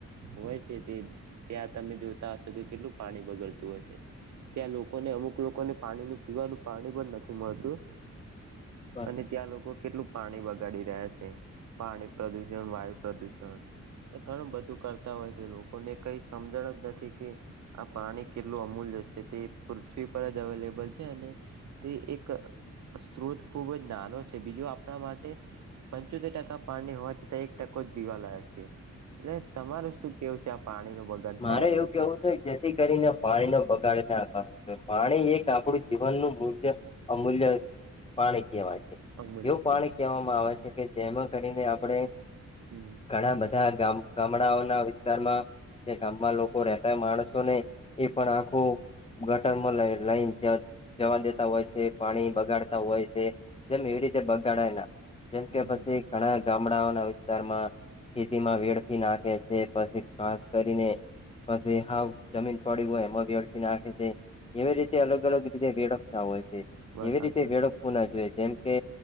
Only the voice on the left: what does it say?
બરોબર
મારે
એવું
કેવું છે જેથી કરીને પાણી નો બગાડને પાણી એક આપણું જીવનનું મૂળ્ય અમૂલ્ય પાણી કેવાય છે.
એવું પાણી
કહેવામાં આવે છે કે જેમાં કરીને આપણે
ઘણા બધા ગામ ગામડાઓના વિસ્તારમાં જે ગામમાં લોકો રહેતા માણસોને એ પણ આખું ગટરમાં લ લાઈન છે. જવા દેતા હોય છે, પાણી બગાડતા હોય છે. જેમ એવી રીતે બગાડાયના જેમ કે
પછી ઘણા ગામડાઓના વિસ્તારમાં ખેતીમાં વેડ <unintelligible> નાખે છે પછી ખાસ કરીને પછી હાવ જમીન પડી હોય એમાં વેડફી નાખે છે. એવીરીતે અલગ અલગ રીતે વેળપતા હોય છે.
એવી
રીતે વેળ ના જોઈએ જેમકે